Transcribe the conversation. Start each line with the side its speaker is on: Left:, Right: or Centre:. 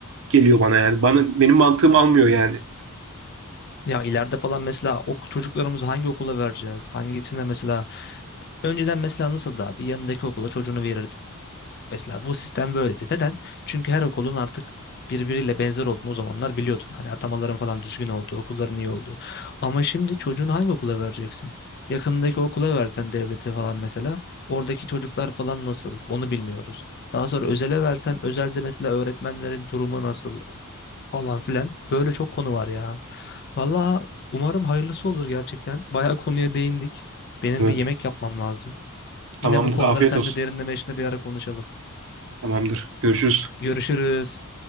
Right: geliyor bana yani. Bana benim mantığım almıyor yani.
Left: Ya ileride falan mesela ok çocuklarımızı hangi okula vereceğiz? Hangisine mesela Önceden mesela nasıldı abi? Yanındaki okula çocuğunu verirdin. Mesela bu sistem böyleydi. Neden? Çünkü her okulun artık birbiriyle benzer olduğunu o zamanlar biliyordun. Hani atamaların falan düzgün olduğu, okulların iyi olduğu. Ama şimdi çocuğunu hangi okula vereceksin? Yakınındaki okula versen devlete falan mesela oradaki çocuklar falan nasıl onu bilmiyoruz. Daha sonra özele versen özelde mesela öğretmenlerin durumu nasıl falan filan böyle çok konu var ya. Valla umarım hayırlısı olur gerçekten. Bayağı konuya değindik. Benim
Right: Evet.
Left: bir yemek yapmam lazım.
Right: Tamamdır.
Left: Yine bu konuları
Right: Afiyet
Left: seninle
Right: olsun.
Left: derinleme işinde bir ara konuşalım.
Right: Tamamdır. Görüşürüz.
Left: Görüşürüz.